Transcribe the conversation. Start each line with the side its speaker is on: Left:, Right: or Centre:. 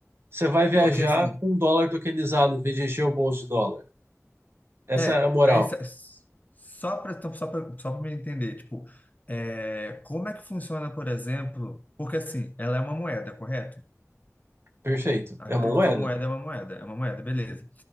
Right: você vai viajar
Left: Pô, que assim,
Right: com um dólar tokenizado em vez de encher o bolso de dólar. Essa
Left: é,
Right: é a moral.
Left: aí sa- só para só para só para me entender, tipo, é, como é que funciona, por exemplo, porque assim, ela é uma moeda, correto?
Right: Perfeito.
Left: A
Right: É
Left: criptomoeda
Right: uma moeda.
Left: é uma moeda, é uma moeda, beleza.